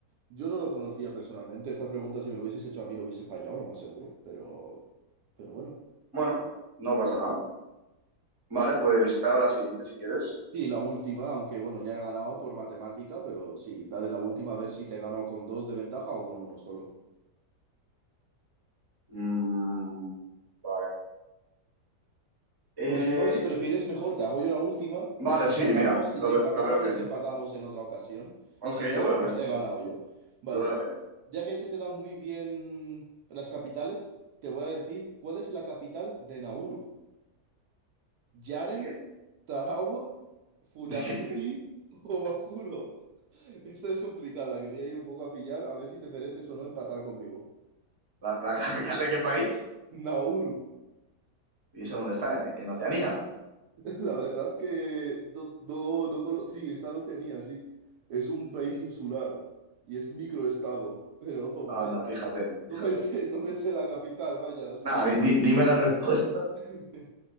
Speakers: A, on the right; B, on the right.
A: Yo no lo conocía personalmente. Esta pregunta, si me lo hubieses hecho a mí, lo hubiese fallado, lo más seguro. Pero, pero bueno.
B: Bueno, no pasa nada. Vale, pues te hago la siguiente si quieres.
A: Sí, la última, aunque bueno, ya he ganado por matemática, pero sí, dale la última a ver si te he ganado con dos de ventaja o con uno solo.
B: Mm, vale. Eh,
A: O si no, si prefieres mejor, te hago yo la última
B: vale,
A: y si Sí. empatamos,
B: sí, mira,
A: y
B: lo,
A: si
B: ve-
A: empatamos,
B: lo veo bien.
A: desempatamos en otra ocasión.
B: Ok,
A: Y si no,
B: lo veo
A: pues
B: bien.
A: he ganado yo. Vale.
B: Lo veo bien.
A: Ya que se te dan muy bien las capitales, te voy a decir cuál es la capital de Nauru. Yaren,
B: ¿De qué?
A: Tarawa, Funafuti
B: <laughs> ¿De qué?
A: o Bajuro. <laughs> Esta es complicada, quería ir un poco a pillar a ver si te mereces o no empatar conmigo.
B: ¿La, la capital de qué país?
A: Nauru.
B: ¿Y eso dónde está? ¿En, en Oceanía?
A: La verdad que no, no, no cono- Sí, está en Oceanía, sí. Es un país insular y es microestado, pero <laughs>
B: Anda,
A: vaya,
B: fíjate,
A: no
B: fíjate.
A: me sé, no me sé la capital, vaya, o sea,
B: Nada, di- di- dime las respuestas.
A: <laughs>